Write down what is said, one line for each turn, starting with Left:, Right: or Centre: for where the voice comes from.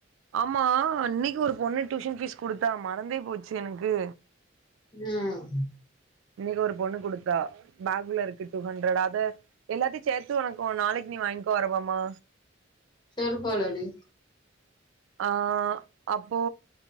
Right: ஆமா அன்னைக்கு ஒரு பொண்ணு டியூஷன் ஃபீஸ் குடுத்தா மறந்தே போச்சு எனக்கு
Left: ம்
Right: இன்னைக்கு ஒரு பொண்ணு குடுத்தா பேக்ல இருக்கு டூ ஹண்ட்ரட் அது எல்லாத்தையு சேத்து ஒனக்கு நாளைக்கு நீ வாங்கிக்கோ அரபம்மா
Left: செருப்பால அடி
Right: ஆ அப்போ